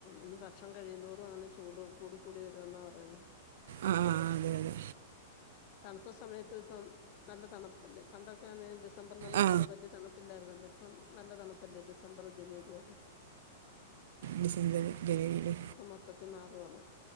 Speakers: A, on the left; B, on the right.
A: ഇഞ് വർഷം കഴിയുന്തോറും അങ്ങനെ ചൂടു കൂടിക്കൂടി വരു ന്നാ പറയുന്നെ
B: ആ ആ ആ, അതെ അതെ
A: തണുപ്പ് സമയത്ത് പ്പം നല്ല തണുപ്പല്ലേ പണ്ടൊക്കെ ഡി ഡിസംമ്പറിലൊന്നു
B: ആ
A: അത്ര വല്യ തണുപ്പില്ലായിരുന്നു ല്ലോ അം നല്ല തണുപ്പല്ലേ ഡിസംബർ ജനുവരി യൊക്കെ
B: ഡിസംബറില് ജനുവരില്
A: മൊത്തത്തിൽ മാറുവാണ്